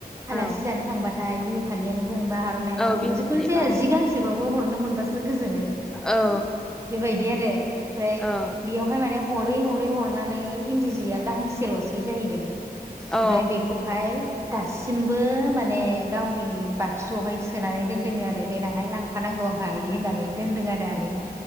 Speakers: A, on the right; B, in the centre.
A: आलासि
B: औ
A: जानो थांबाथाय बिहु फालियानो बुं बा होननानै
B: औ
A: बुं
B: बिहुफालि
A: जिखुनु जाया
B: औ
A: जि गांसेबाबो हरनो मोनबासो गोजोनो।
B: औ
A: बेबायदि आरो ओमफ्राय
B: औ
A: बेयावहाय माने हरै हरै हरै थांनानै इन्दि जिया गाहांसेल'सै जाहैदों।
B: औ
A: ओमफ्राय बेखौहाय दासिमबो माने गावनि बाक्सुआवहाय सोनानै दोनदोंनो आरो देनांहाय लां फानांगौ आंहा बिदि होननानै दोनदों आरो आनैया